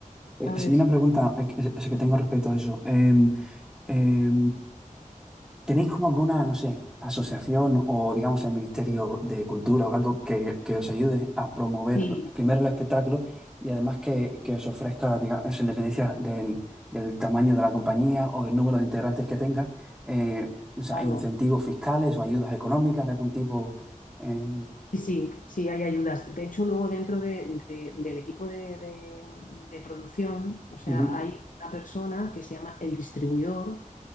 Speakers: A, in the centre; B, on the left.
A: Eh,
B: ¿Sabes?
A: sí, una pregunta eh, que, es- que tengo respecto a eso. Eh, ¿Tenéis como alguna, no sé, asociación o digamos el Ministerio de Cultura o algo que, que os ayude a promover
B: Sí,
A: primero el espectáculo y además que, que os ofrezca, digamos, en dependencia del, del tamaño de la compañía o del número de integrantes que tenga, eh, o sea,
B: claro.
A: incentivos fiscales o ayudas económicas de algún tipo? eh,
B: Sí, sí, sí, hay ayudas. De hecho, luego dentro de- de- del equipo de, de- de producción, o sea,
A: ujú,
B: hay una persona que se llama el distribuidor